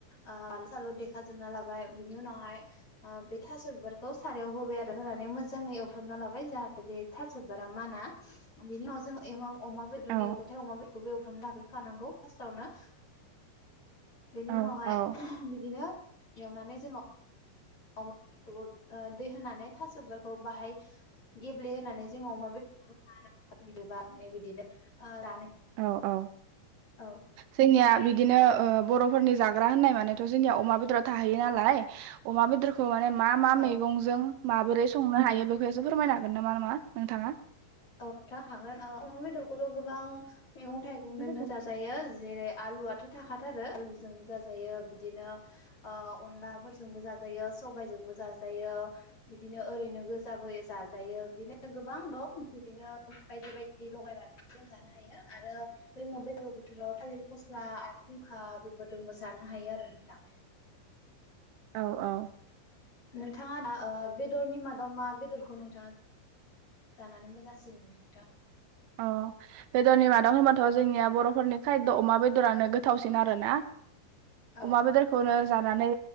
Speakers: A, on the left (about 30°); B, on the right (about 80°).
A: ओ आलौ सालौ देखाजोबना लाबाय बिनि उनावहाय ओ बे थास' बिबारखौ सा रायाव होबाय आरो होनानै मोजाङै एवफ्रामना लाबाय जाहाथे बे थास' बिबारा माना। बेनि उनाव जों एमाव अमा बेदरनि
B: औ
A: एवथाय अमाफोरखौबो एवफ्रामना लाग्रोखानांगौ फार्स्टावनो बेनि
B: औ
A: उनावहाय
B: औ
A: बिदिनो एवनानै जोङो अमा बेफोरखौबो ओ दै होनानै थास' बिबारखौ बाहाय गेब्लेहोनानै जोंङो अमा बे <inaudible> बिदनो ओ जानाय
B: औ औ
A: औ
B: जोंनिया बि दिनो ओ बर'फोरनि जाग्रा होननाय मानेथ' जोंनिया अमा बेदर थाहैयो नालाय। अमा बेदरखौ माने मा मा
A: औ
B: मैगंजों माबोरै संनो हायो बेखौ एसे फोरमायनो हागोन नामा नामा नोंथाङा?
A: औ नोंथां हागोन ओ अमा बेदरखौथ' गोबां मैगं थाइगं
B: औ
A: दोननो जाजायो जेरै- आलुआथ' थाखाथारो आलुजोंबो जाजायो बिदिनो ओ अनलाफोरजोंबो जाजायो, सबायजोंबो जाजायो बिदिनो ओरैनो गोजाबो जाजायो। बिदिनो गोबां दं बिदिनो बायदि बायदि लगायनानै जों जानो हायो आरो जोङो बेदरखौ बोथोराव थालिर फस्ला आरो खुंखा बेफोरदोंबो जानो हायो आरो नोंथां
B: औ औ
A: नोंथाङा दा ओ बेदरनि मादाव मा बेदरखौ नोंथाङा जानानै मोजांसिन मोनो नोंथां?
B: अ बेदरनि मादाव होनबाथ' जोंनिया बर'फोरनि खायद' अमा बेदरानो गोथावसिन आरो ना
A: औ
B: अमा बेदरखौनो जानानै